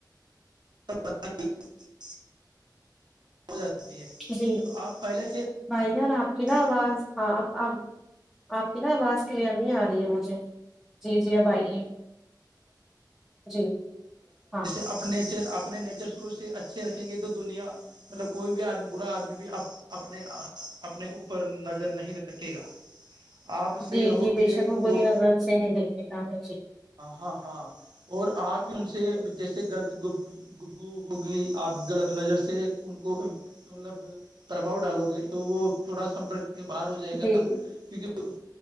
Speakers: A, on the right; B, in the centre.
A: <unintelligible> ہو جاتاتی ہے
B: جی
A: تو آپ پہلے سے
B: بھائی جان
A: <unintelligible>
B: آپ کی نا آواز ہاں آپ آپ آپ کی نا آواز کلیئر نہیں آ رہی ہے مجھے جی جی اب آئی ہے جی ہاں
A: اپنے نیچر شروع سے اچھے رکھیں گے تو دنیا مطلب کوئی بھی آدمی برا آدمی بھی اپنے اپنے اوپر نظر نہیں رکھے گا آپ صحیح
B: جی
A: رہو
B: جی بے
A: گے
B: شک وہ
A: تو
B: بری نظر سے نہیں دیکھے گا ہمیں جی
A: ہاں ہاں اور آپ ان سے جیسے غلط گفگو ہوگی آپ غلط نظر سے ان کو مطلب پرباؤ ڈالو گے تو وہ تھوڑامرک باہر ہو جائے گا
B: جی جی
A: کیونکہ